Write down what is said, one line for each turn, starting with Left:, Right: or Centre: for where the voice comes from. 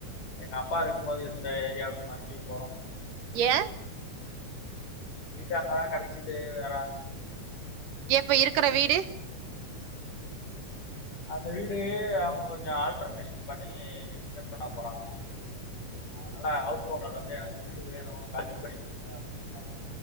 Left: எங்க அப்பா இருக்கும் போது இருந்த ஏரியாவுக்கு மறுபடியும் போறோம்
Right: ஏ
Left: வீடு அங்கதா கிடைச்சிது வேற
Right: எப்ப இருக்கற வீடு
Left: அந்த வீடு அவங்க கொஞ்சொ ஆல்டர்னேஷன் பண்ணி எக்ஸ்டன் பண்ண போறாங்கலா அதனால ஹவுஸ் ஓனர் வந்து எனக்கு வீடு வேணும் காலி பண்ணி கொடுங்க அப்படின்ட்டாங்க